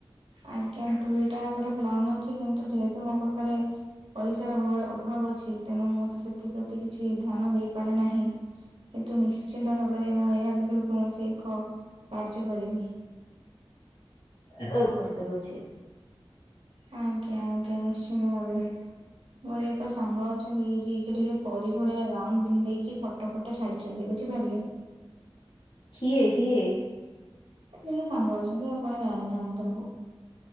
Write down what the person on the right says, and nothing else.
ଆଜ୍ଞା ଦୁଇଟାଙ୍କର ପ୍ଲାନ୍ ଅଛି କିନ୍ତୁ ଯେହେତୁ ମୋ ପାଖରେ ପଇସାର ଭୋର ଅଭାବ ଅଛି, ତେଣୁ ମୁଁ ତ ସେଥିପ୍ରତି କିଛି ଧ୍ୟାନ ଦେଇପାରେ ନାହିଁ। କିନ୍ତୁ ନିଶ୍ଚିନ୍ତ ଭାବରେ ମୁଁ ଏହା ଭିତରୁ କୌଣସି ଏକ କାର୍ଯ୍ୟ କରିବି।
ଆଜ୍ଞା ଆଜ୍ଞା ନିଶ୍ଚିନ୍ତ ଭାବରେ। ମୋର ଏକ ସାଙ୍ଗ ଅଛନ୍ତି ଯିକେ ଟିକେ ପରି ଭଳିଆ ଗାଉନ ପିନ୍ଧେଇକି ପୋଟ୍ ଟ ଫୋଟ ଛାଡିଛନ୍ତି ବୁଝିପାରିଲେ?
ଜଣେ ସାଙ୍ଗ ଅଛନ୍ତି ଆପଣ ଜାଣିନାହାନ୍ତି ତାଙ୍କୁ।